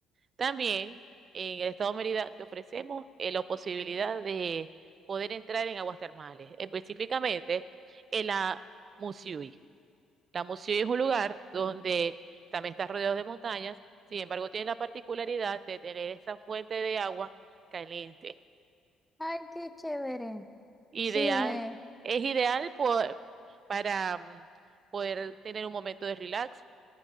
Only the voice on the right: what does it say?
también en el estado de Mérida te ofrecemos eh, la posibilidad de poder entrar en aguas termales, específicamente en la Muciui. La Muciui es un lugar donde también está rodeado de montañas, sin embargo, tiene la particularidad de tener esa fuente de agua caliente
Ideal,
es ideal por- para mm, poder tener un momento de relax.